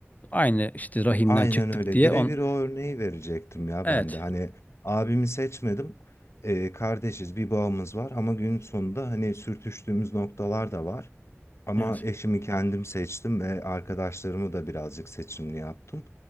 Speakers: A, on the left; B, on the left.
A: aynı işte rahimden
B: Aynen
A: çıktık
B: öyle.
A: diye
B: Birebir
A: on.
B: o örneği verecektim ya
A: Evet.
B: ben de. Hani abimi seçmedim. Ee, kardeşiz, bir bağımız var ama gün sonunda hani sürtüştüğümüz noktalar da var. Ama
A: Evet.
B: eşimi kendim seçtim ve arkadaşlarımı da birazcık seçimli yaptım.